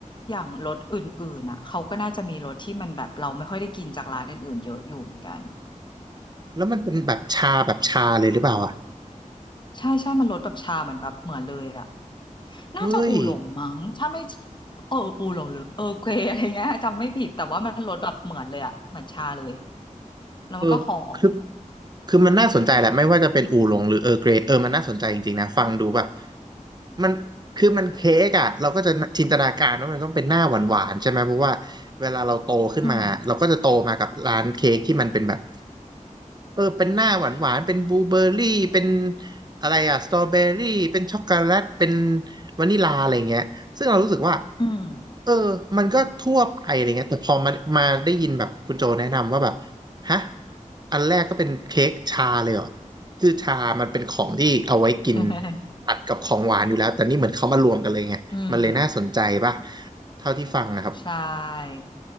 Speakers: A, on the left; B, on the right.
A: อย่างรสอื่นๆอ่ะเขาก็น่าจะมีรสที่มันแบบเราไม่ค่อยได้กินจากร้านอื่นๆเยอะอยู่เหมือนกัน
B: แล้วมันเป็นแบบชาแบบชาเลยหรือเปล่าอ่ะ
A: ใช่ใช่ มันรสแบบชาเหมือนแบบเหมือนเลยอะน่าจะอู่หลงมั้งถ้าไม่
B: เฮ้ย
A: เอออู่หลงหรือเออเกวอะไรเงี้ยจำไม่ผิด แต่ว่ามันรสแบบเหมือนเลยอะเหมือนชาเลยแล้วมันก็หอม
B: เออคือคือมันน่าสนใจแหละไม่ว่าจะเป็นอูหลงหรือเออร์เกรย์เออมันน่าสนใจจริงๆนะฟังดูแบบมันคือมันเค้กอ่ะเราก็จะจินตนาการว่ามันต้องเป็นหน้าหวานๆใช่ไหมเพราะว่าเวลาเราโตขึ้นมาเราก็จะโตมากับร้านเค้กที่มันเป็นแบบ
A: อืม
B: เออเป็นหน้าหวานหวานเป็นบลูเบอร์รี่เป็นอะไรอะสตรอเบอรี่เป็นช็อกโกแลตเป็นวานิลาอะไรเงี้ยซึ่งเรารู้สึกว่า
A: อืม
B: เออมันก็ทั่วไปอะไรเงี้ยแต่พอมามาได้ยินแบบคุณโจแนะนำว่าแบบฮะอันแรกก็เป็นเค้กชาเลยเหรอคือชามันเป็นของที่เอาไว้กิน
A: <laughs>
B: ตัดกับของหวานอยู่แล้วแต่นี่เหมือนเขามารวมกันเลยไงมันเลยน่าสนใจป่ะ
A: อืม
B: เท่าที่ฟังนะครับ
A: ใช่